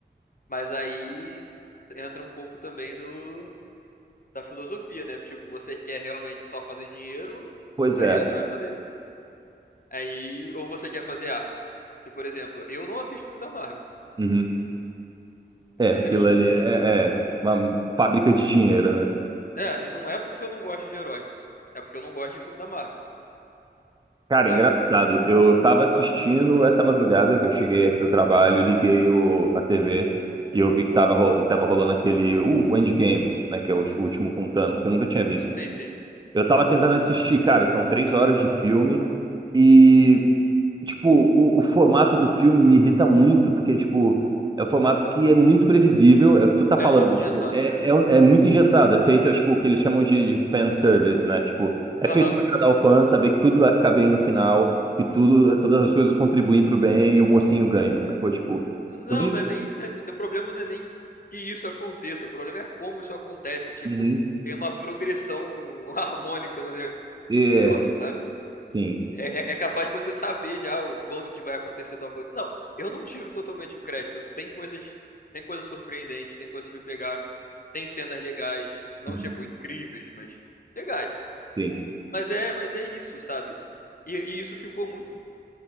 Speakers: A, on the left; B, on the right.
A: mas aí entra um pouco também do, da filosofia, né? Tipo, você quer realmente só fazer dinheiro,
B: Pois
A: tudo bem,
B: é.
A: aí você vai fazer isso. Aí, ou você quer fazer arte. Tipo, por exemplo, eu não assisto filme da Marvel.
B: Uhum. É,
A: Eu simplesmente
B: aquilo ali
A: não assisto.
B: é, é uma fábrica de dinheiro, né?
A: É, e não é porque eu não gosto de herói. É porque eu não gosto de filme da Marvel,
B: Cara,
A: sabe?
B: engraçado. Eu tava assistindo essa madrugada que eu cheguei aqui do trabalho, liguei o, a TV e eu vi que tava, ro- tava rolando aquele uh, o Endgame, né? Que é o último com Thanos, que eu nunca tinha visto.
A: Sim, sim.
B: Eu tava tentando assistir, cara, são três horas de filme. e Tipo, o, o formato do filme me irrita muito, porque, tipo, é um formato que é muito previsível, é o que tu tá falando,
A: É muito
B: né?
A: engessado.
B: tipo, é,
A: É.
B: é, um- é muito engessado, é feito, é, tipo, o que eles chamam de, de fanservice, né? Tipo, é
A: Aham.
B: feito pra agradar o fã, saber que tudo vai ficar bem no final, que tudo, todas as coisas contribuem pro bem e o mocinho ganha, sacou? Tipo,
A: Não,
B: eu vi...
A: não é nem, não é- o problema não é nem que isso aconteça, o problema é como isso acontece. Tipo,
B: Uhum.
A: tem uma progressão <laughs> harmônica no
B: É,
A: negócio, sabe?
B: sim,
A: É, é- é capaz de você saber já o quando que vai acontecer tal coisa. Não, eu não tiro totalmente o crédito. Tem coisas, tem coisas surpreendentes, tem coisas que me pegaram, tem cenas legais, não
B: Uhum.
A: tipo incríveis, mas legais.
B: sim,
A: Mas é, mas é isso, sabe? E, e isso ficou muito